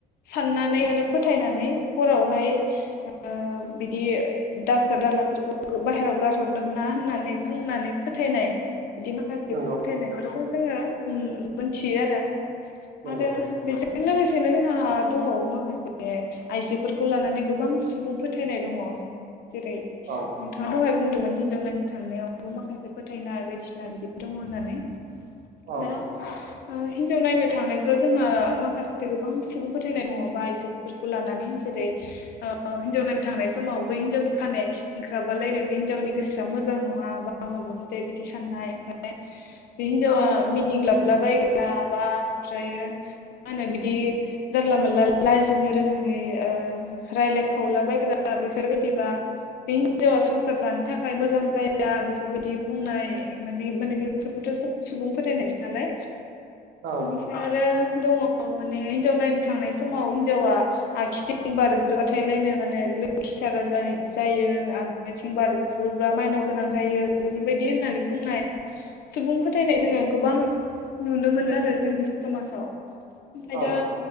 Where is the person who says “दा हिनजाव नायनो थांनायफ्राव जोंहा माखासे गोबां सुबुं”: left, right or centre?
Left